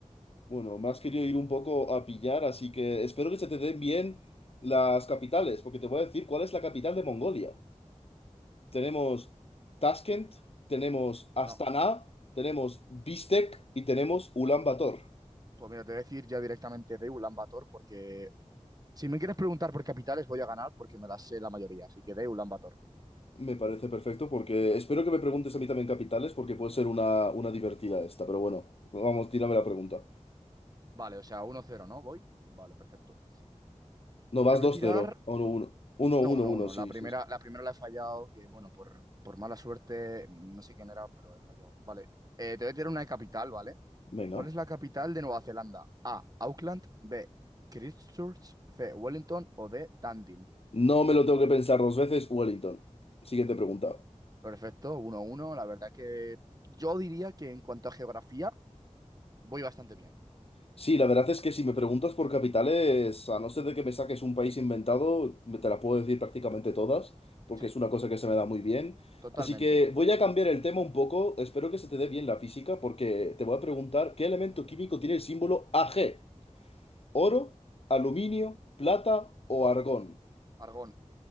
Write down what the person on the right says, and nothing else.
No,
pues mira, te voy a decir ya directamente de Ulan Bator, porque si me quieres preguntar por capitales, voy a ganar porque me las sé la mayoría. Así que de Ulan Bator.
Vale, o sea, uno cero ¿no? Voy. Vale, perfecto.
Te voy
a tirar
No,
uno,
uno.
La primera,
la primera la he fallado, que bueno, por, por mala suerte, no sé quién era, pero he fallado. Vale. Eh, te voy a tirar una de capital, ¿vale?
¿Cuál es la capital de Nueva Zelanda? A. Auckland. B. Christchurch. C. Wellington. O D. Dundee.
Perfecto, uno, uno. La verdad que yo diría que en cuanto a geografía, voy bastante bien.
Sí,
totalmente.
Argón,